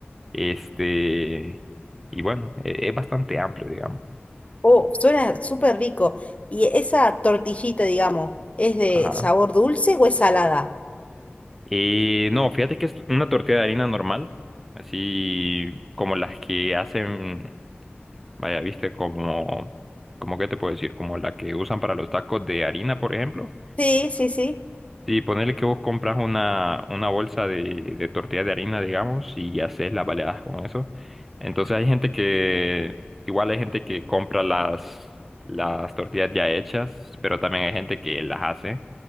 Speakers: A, in the centre; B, on the left (about 35°).
A: este, y bueno, e- es bastante amplio, digamos.
B: Oh, suena súper rico. ¿Y esa tortillita, digamos, es de
A: Ajá.
B: sabor dulce o es salada?
A: Eh, no, fíjate que es una tortilla de harina normal, así como las que hacen, vaya, viste, como, como, ¿qué te puedo decir? Como la que usan para los tacos de harina, por ejemplo
B: Sí, sí, sí.
A: Sí, ponerle que vos compras una, una bolsa de, de tortillas de harina, digamos, y haces las baleadas con eso. Entonces hay gente que, igual hay gente que compra las, las tortillas ya hechas, pero también hay gente que las hace,